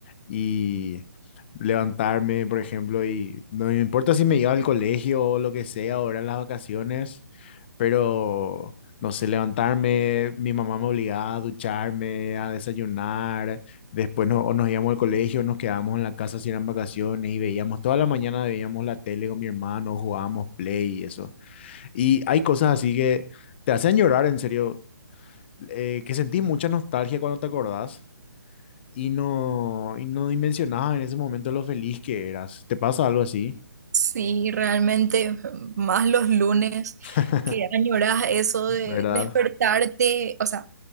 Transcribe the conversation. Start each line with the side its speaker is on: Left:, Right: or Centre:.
Left: y levantarme, por ejemplo, y no me importa si me iba al colegio o lo que sea, ahora en las vacaciones, pero no sé, levantarme, mi mamá me obligaba a ducharme, a desayunar, Después no, o nos íbamos al colegio, nos quedábamos en la casa si eran vacaciones y veíamos, toda la mañana veíamos la tele con mi hermano, jugábamos play y eso. Y hay cosas así que te hacen llorar, en serio, eh, que sentís mucha nostalgia cuando te acordás y no, y no dimensionabas en ese momento lo feliz que eras. ¿Te pasa algo así?
Right: sí, realmente más los lunes
Left: <laughs>
Right: que añoras eso
Left: ¿Verdad?
Right: de despertarte, o sea,